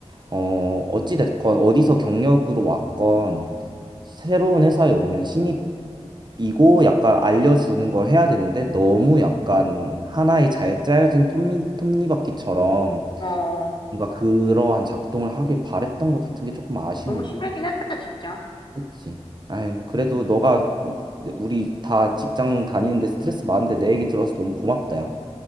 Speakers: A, on the right; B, on the left.
A: 어, 어찌 됐건 어디서 경력으로 왔건 새로운 회사에 오면 신입이고 약간 알려주는 걸 해야 되는데 너무 약간 하나의 잘 짜여진 톱니, 톱니바퀴처럼
B: 어.
A: 뭔가 그러한 작동을 하길 바랬던 것 같은 게 조금 아쉬운
B: 너무 심하긴 했다, 진짜.
A: 그치? 아유 그래도 너가 네, 우리 다 직장 다니는데 스트레스 많은데 내 얘기 들어서 너무 고맙다 야